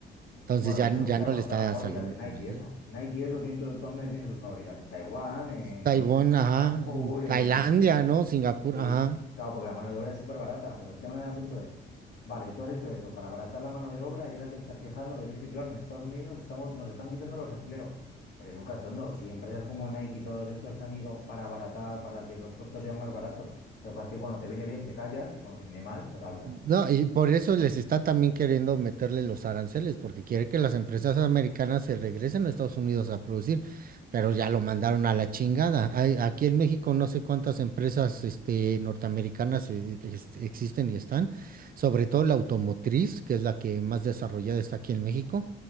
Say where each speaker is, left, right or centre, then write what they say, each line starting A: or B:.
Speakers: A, on the right; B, on the left.
A: Entonces
B: Bueno,
A: ya,
B: de hecho,
A: ya
B: mira
A: no
B: con
A: le está
B: todas las fábricas
A: saliendo
B: de Nike,
A: por ahí.
B: y eso. Nike, y eso, tiene todo, donde tienen sus fábricas, en Taiwán, en
A: Taiwán, ajá,
B: Singapur, en...
A: Tailandia, ¿no? Singapur,
B: Sí,
A: ajá.
B: claro, porque la mano de obra es súper barata, pero el tema del asunto es, vale, tú has hecho eso para abaratar la mano de obra y ahora te estás quejando de que, es que, claro, en Estados Unidos estamos, nos están quitando los empleos. Eres un cachondo. Si empresas como Nike y todos estos se han ido para abaratar, para que los costos sean más baratos, lo que pasa es que cuando te viene bien te callas y cuando te viene mal, pues hablas.
A: No, y por eso les está también queriendo meterle los aranceles, porque quiere que las empresas americanas se regresen a Estados Unidos a producir, pero ya lo mandaron a la chingada. Hay, aquí en México no sé cuántas empresas este, norteamericanas eh, ex- existen y están, sobre todo la automotriz, que es la que más desarrollada está aquí en México,